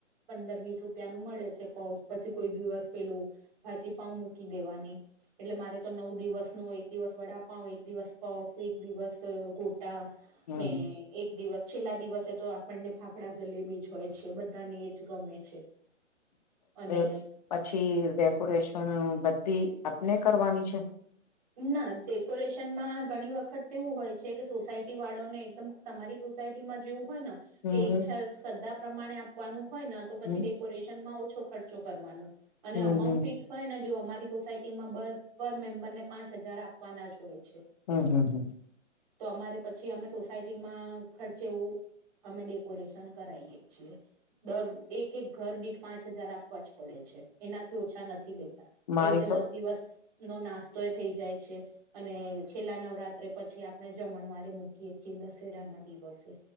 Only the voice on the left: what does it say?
હમ
હમ
<inaudible> પછી ડેકોરેશન બધી આપને કરવાની છે?
હમ
હમ
હમ
હમ હમ
હમ હમ હમ
મારી
સો